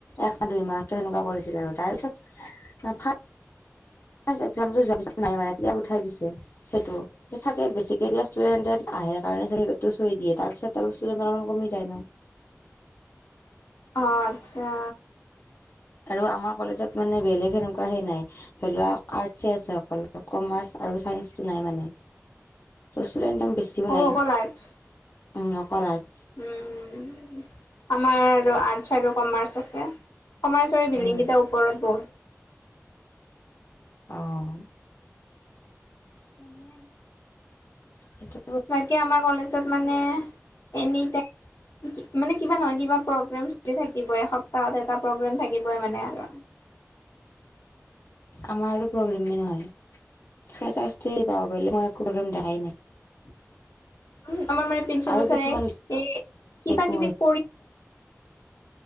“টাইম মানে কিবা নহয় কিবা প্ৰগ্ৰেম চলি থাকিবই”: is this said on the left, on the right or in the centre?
Left